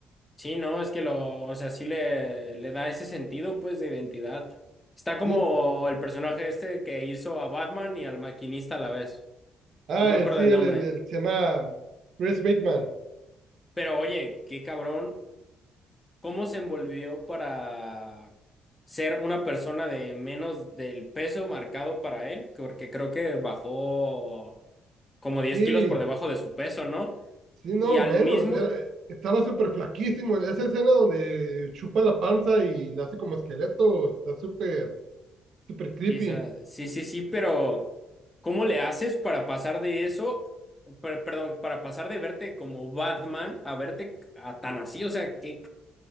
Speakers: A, on the left (about 20°); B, on the right (about 65°).
A: Sí, no, es que lo, o sea, sí le, le da ese sentido, pues, de identidad. Está
B: Sí.
A: como el personaje este que hizo a Batman y al maquinista a la vez.
B: Ah,
A: No me
B: el,
A: acuerdo
B: sí,
A: del
B: el,
A: nombre.
B: el, el- se llama Chris Bateman.
A: Pero oye, qué cabrón ¿Cómo se envolvió para ser una persona de menos del peso marcado para él? Porque creo que bajó como diez
B: Sí,
A: kilos por debajo de su peso, ¿no?
B: sí, no,
A: Y al
B: menos.
A: mismo,
B: Era, estaba súper flaquísimo. Esa escena donde chupa la panza y la hace como esqueleto está súper, súper creepy.
A: sí, o sea, sí, sí, sí, pero ¿cómo le haces para pasar de eso, per- perdón, para pasar de verte como Batman a verte a tan así? O sea, qué,